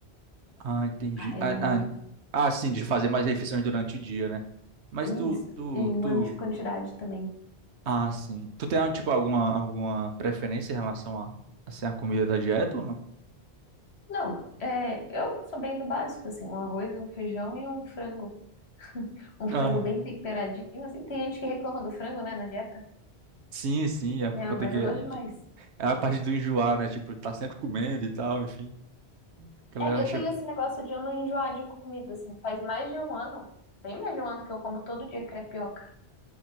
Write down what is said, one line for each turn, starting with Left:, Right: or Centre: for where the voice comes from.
Right: Ah, entendi.
Left: Aí,
Right: Ah, ah, ah, sim, de fazer mais refeições durante o dia, né? Mas
Left: isso,
Right: tu, tu,
Left: e em quanto
Right: tu...
Left: de quantidade também.
Right: Ah, sim. Tu tem, tipo, alguma, alguma preferência em relação a, assim, a comida da dieta ou não?
Left: Não, é, eu sou bem do básico, assim, um arroz, um feijão e um frango. <laughs> Um frango
Right: Ah,
Left: bem temperadinho, assim, tem gente que reclama do frango, né, na dieta.
Right: sim, sim, é por
Left: É,
Right: conta
Left: mas
Right: que,
Left: eu gosto demais.
Right: que É a parte do enjoar, né? Tipo, tá sempre comendo e tal, enfim. A galera
Left: É,
Right: acha,
Left: eu tenho esse negócio de eu não enjoar de comida, assim, faz mais de um ano, bem mais de um ano que eu como todo dia crepioca.